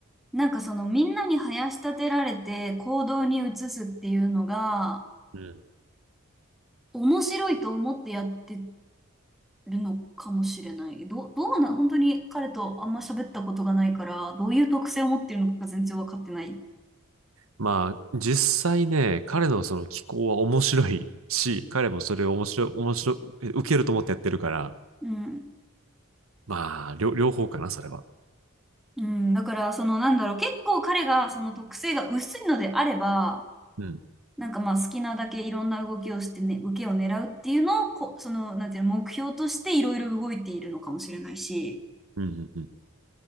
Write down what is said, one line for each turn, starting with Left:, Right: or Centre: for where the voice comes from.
Centre: なんかそのみんなに囃し立てられて行動に移すっていうのが
Right: うん。
Centre: 面白いと思ってやってるのかもしれない。どう、どうな、本当に彼とあんま喋ったことがないから、どういう特性を持ってるのかが全然わかってない。
Right: まあ、実際ね、彼のその気候は面白いし、<laughs> 彼もそれを面白い、面白い、え受けると思ってやってるから、
Centre: うん。
Right: まあ、両、両方かな、それは。
Centre: うん。だからそのなんだろう。結構彼がその特性が薄いのであれば、
Right: うん。
Centre: なんかまあ好きなだけいろんな動きをしてね、受けを狙うっていうのをこ、その、なんていうの、目標としていろいろ動いているのかもしれないし、
Right: うん、うん、うん。